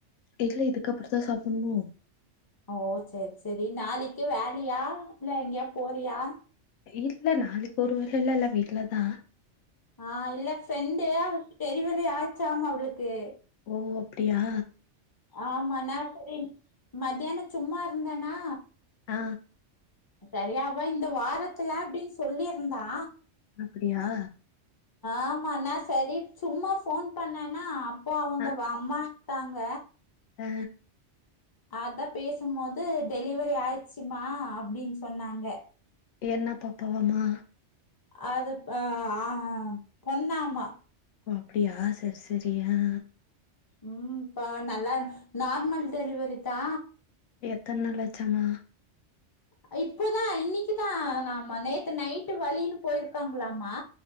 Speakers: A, on the left; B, on the left.
A: இல்ல இதுக்கப்புறோ தா சாப்புன்ணு
B: ஓ செரி செரி நாளைக்கே வாரியா இல்ல எங்கேயா போறியா
A: இல்ல நாளைக்கி ஒரு வேலல்ல வீட்டலதா
B: ஆ இல்ல ஃப்ரெண்ட்டு அவுளுக்கு டெலிவரி ஆச்சாம அவுளுக்கு
A: ஓ அப்பிடியா
B: ஆமா நா செரி மத்தியானோ சும்மாருந்தனா
A: ஆ
B: சரியாவா இந்த வாரத்துல அப்டின் சொல்லிருந்தா
A: அப்பிடியா
B: ஆமா நா செரி சும்மா ஃபோன் பண்ணேன்னா அப்போ அவுங்க
A: ஆ
B: அம்மா தாங்க
A: ஆ
B: ஆதா பேசும்மோது டெலிவரி ஆயிருச்சுமா அப்டின் சொன்னாங்க
A: என்னப் பாப்பாவாமா
B: அதுப் அ ஆ பொண்ணாமா
A: ஓ அப்டியா செரி செரி ஆ
B: ம் பா நல்லா நார்மல் டெலிவரி தா
A: எத்தன் நாளாச்சாமா
B: அ இப்போதா இன்னைக்குதானாமா நேத்து நைட்டு வலின்னு போயிருக்காங்ளாமா